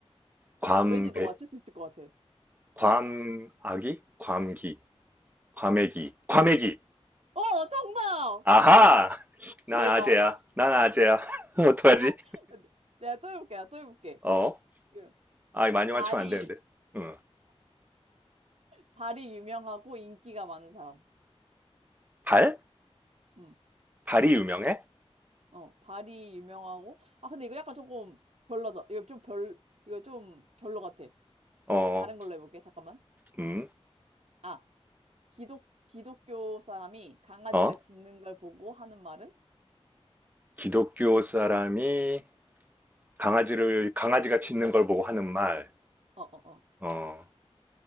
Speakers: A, on the right; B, on the right.
A: 괌,
B: 아, 왠지 너
A: 배,
B: 맞출 수 있을 것 같아.
A: 괌, 아기? 괌기. 과메기. 과메기.
B: 어, 정답!
A: 아하! 난
B: 대박.
A: 아재야. 난 아재야. <laughs> 어떡하지?
B: <laughs> 내가 또 해볼게, 내가 또 해볼게.
A: 어?
B: 예.
A: 아, 많이
B: 다리
A: 맞추면 안 되는데. 응.
B: 발이 유명하고 인기가 많은 사람.
A: 발?
B: 음,
A: 발이 유명해?
B: 어, 발이 유명하고. 아, 근데 이거 약간 조금 별로다. 이거 좀 별, 이거 좀 별로 같아.
A: 어,
B: 나 자, 다른 걸로 해볼게. 잠깐만.
A: 음,
B: 아, 기독, 기독교 사람이 강아지가
A: 어?
B: 짖는 걸 보고 하는 말은?
A: 기독교 사람이 강아지를, 강아지가 짖는 걸 보고 하는 말.
B: 어, 어, 어.
A: 어,